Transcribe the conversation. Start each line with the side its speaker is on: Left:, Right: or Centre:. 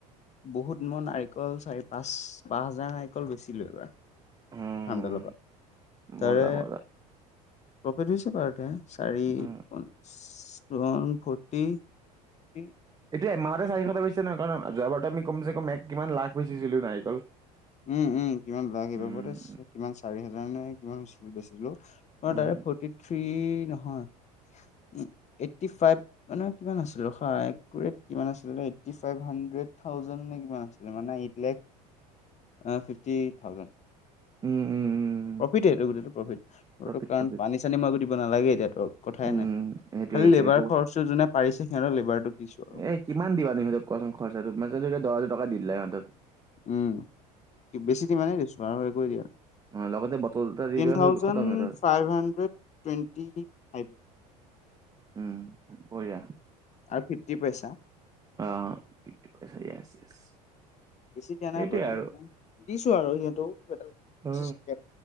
Left: বহুত, মই নাৰিকল চাৰি পাঁচ, পাঁচ হাজাৰ নাৰিকল বেছিলোঁ এইবাৰ। <unintelligible>
Right: উম
Left: তাৰে
Right: মজা মজা
Left: প্ৰফিট হৈছে বাৰতে চাৰি
Right: উম।
Left: ওঁৱান ফৰ্টি কি?
Right: এতিয়া এমাহতে চাৰিশটা বেচিছে নহয়, কাৰণ অ-যোৱা বাৰত আমি কমচে কম এক কিমান লাখ বেচিছিলো নাৰিকল।
Left: উম উম। কিমান লাখ, এইবাৰ
Right: উম
Left: বতে চ-কিমান চাৰি হাজাৰ নে কিমান বেছি-বেছিলো। অ',
Right: উম উম
Left: তাৰে ফৰ্টি থ্ৰী নহয়, উ এইটট ফ মানে কিমান আছিলৰে কি আছিল এইট ফ হাড্ৰেড, থাউজেণ্ড নে কিমান আছিলে, মানে এইট লেখ এ-ফিফটি থাউজেণ্ড।
Right: উম, উম, উম।
Left: প্ৰফিটেই এইটো গোটেইটো প্ৰফিট। <unintelligible>
Right: প্ৰফিট
Left: কাৰণ
Right: প্ৰফিট
Left: পানী চানী মই একো দিব নালাগে এতিয়াতো। কথাই
Right: উম
Left: নাই।
Right: সেইটোৱে
Left: খালি
Right: সেইটোৱে
Left: লেবাৰ
Right: একো
Left: খৰছটো যোনে পাৰিছে, সিহঁতৰ লেবাৰটো দিছো আৰু।
Right: এ কিমান দিবা তুমি ইহঁতক কোৱাচোন, খৰছাটো। <unintelligible> দহহাজাৰ টকা দি দিলা ইহঁতক।
Left: উম। কি বেছি তিমানে দিছো আৰু একো দিয়া নাই।
Right: অ লগতে বটল এটা দি
Left: টেন
Right: দিয়া
Left: থাউজণ্ড
Right: হৈ গ'ল খতম সিহঁতৰ
Left: ফাইভ হাণ্ড্ৰেড, টুৱেণ্টি ফাইভ।
Right: উম, বঢ়িয়া।
Left: আৰু ফিফটি পইছা।
Right: অ', ফিফটি পইছা, য়েছ য়েছ।
Left: বেছি দিয়া নাই
Right: সেইটোৱে
Left: বাৰুতে,
Right: আৰু
Left: দিছো আৰু সিহঁতৰো এটা <unintelligible>
Right: অ